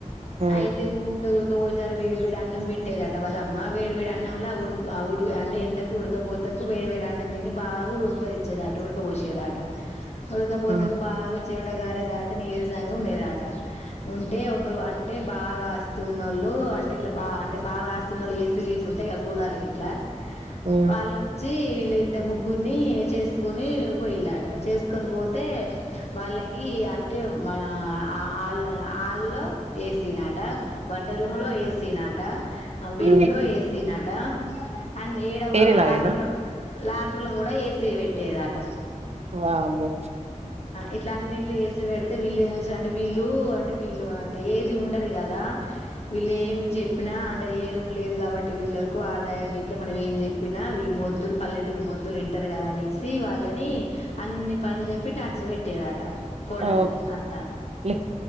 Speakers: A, on the right; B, on the left.
A: ఆ
B: అయితే ఊక ఉక పోసాడు వేడి వేడి అన్నం పెట్టేదట వాళ్ళ అమ్మ వేడివేడి అన్నంలో ఆడు ఆవుడు అంట ఎండకు ఉడకపోత వేడి వేడి అన్నం తిని బాగా ఉబ్బరిచ్చేదాట ఉడకపోసేదాట ఉడకపోతే
A: ఆ
B: బాగా చమటగారేదాట నీరసంగా ఉండేదాట ఉంటే ఒక అంటే బాగా ఆస్తున్నోళ్ళు అంటే ఇట్లా బా అంటే బాగా ఆస్తున్న ఏసీలు గ ఇట్లు ఉంటాయి కూలర్లూ ఇట్లా
A: ఆ
B: వాళ్ళొచ్చి వీళ్ళ ఇద్ద ముగ్గురిని చేసుకొని పోయిలాట చేసు తీసుకొని పోతే వాళ్ళకి అంటే మనళ్ళ వాల్లో ఏసీ నాట వంట రూము లో ఏసీ నాట బెడ్
A: ఆ
B: లో ఏసీ నాట అండ్ ఏడవ
A: వేరేలాగేనా
B: లాటలో లాటర్లో కూడా ఏసీ పెట్టేదిట
A: వామ్మో
B: ఇట్ల అన్నిట్లో వేసి పెడితే వీళ్ళు ఏ అంటే వీళ్ళు అంటే వీళ్ళు అంటే ఏది ఉండదు కదా వీళ్ళ ఏమి చెప్పినా అంటే ఏది ఉండలేదు కాబట్టి వీళ్ళలకు ఆదాయం గట్ల మనం ఏం చెప్పినా వీళ్ళ మొద్దులు పల్లెటూరు మొద్దులు వింటారు కదా అనేసి వాళ్ళని అన్నిీ పనులు చెప్పి టాచర్ పెట్టేదాట కోడలని
A: ఆ!
B: అత్త
A: లే